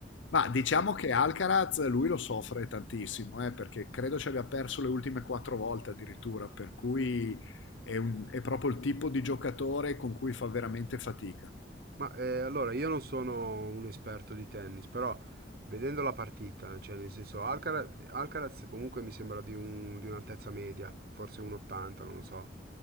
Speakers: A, on the left; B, on the right.
A: Ma
B: anche
A: diciamo
B: per-
A: che Alcaraz lui lo soffre tantissimo, eh, perché credo ci abbia perso le ultime quattro volte addirittura, per cui è, un- è proprio il tipo di giocatore con cui fa veramente fatica.
B: Ma eh, allora io non sono un esperto di tennis, però vedendo la partita, cioè nel senso Alcara- Alcaraz, comunque mi sembra di un- di un'altezza media, forse 1,80, non lo so.